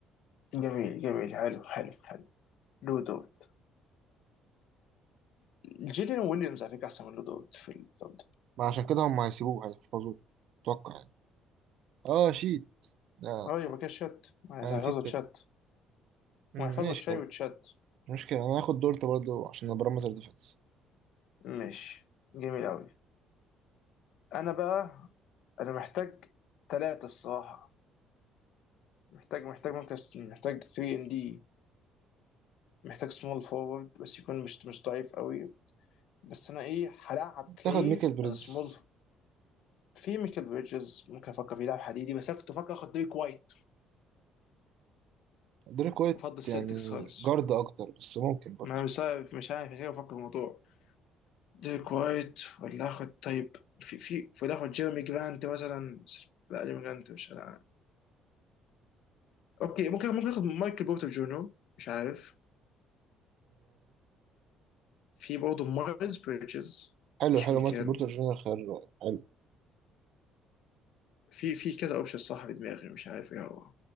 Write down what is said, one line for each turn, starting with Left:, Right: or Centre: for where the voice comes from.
Left: جميل جميل حلو حلو حلو لو دوت جيلين ويليامز على فكره احسن من لو دوت في الطب ده
Right: ما عشان كده هم هيسيبوه هيحفظوه اتوقع يعني اه شيت اه
Left: اه
Right: صح
Left: يبقى كده شات هيحفظوا
Right: انا نسيت
Left: تشات
Right: فين مم،
Left: وهيحفظوا
Right: ماشي
Left: الشاي
Right: خلاص
Left: وتشات
Right: مش مشكلة انا هاخد دورت برضه عشان البارامتر ديفense
Left: ماشي جميل قوي انا بقى انا محتاج ثلاثة الصراحة محتاج محتاج مركز محتاج 3 ان دي محتاج سمول فورورد بس يكون مش مش ضعيف قوي بس انا ايه هلعب كلاي
Right: تاخد ميكل بريدجز
Left: از سمول في ميكل بريدجز ممكن افكر فيه لاعب حديدي بس انا كنت بفكر اخد ديريك وايت
Right: دريك وايت
Left: وافضل السلتكس
Right: يعني
Left: خالص
Right: جارد اكتر بس ممكن برضه
Left: ما أنا مش عارف مش عارف كيف افكر في الموضوع ديريك وايت ولا اخد طيب في في ولا اخد جيرمي جرانت مثلا لا جيرمي جرانت مش انا عارف. اوكي ممكن ممكن اخد مايكل بورتر جونو مش عارف في برضه مارز بريدجز
Right: حلو
Left: مش
Right: حلو
Left: ميكيل
Right: مايكل بورتر جونيور خيار حلو
Left: في في كذا اوبشن صح في دماغي مش عارف ايه هو